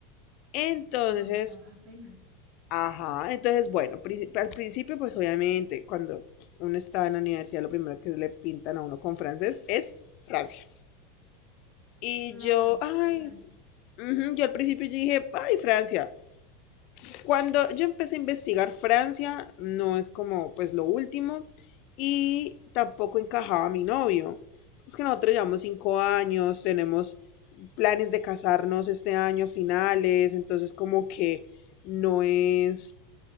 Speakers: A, on the left; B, on the right.
A: Entonces,
B: No, está apenas.
A: Ajá, entonces bueno, pri- al principio pues obviamente cuando uno estaba en la universidad lo primero que le pintan a uno con francés es Francia. Y
B: Claro,
A: yo, ay,
B: total.
A: sí. Ujú, yo al principio yo dije, ay, Francia. Cuando yo empecé a investigar Francia, no es como pues lo último y tampoco encajaba mi novio. Es que nosotros llevamos cinco años, tenemos planes de casarnos este año a finales, entonces como que no es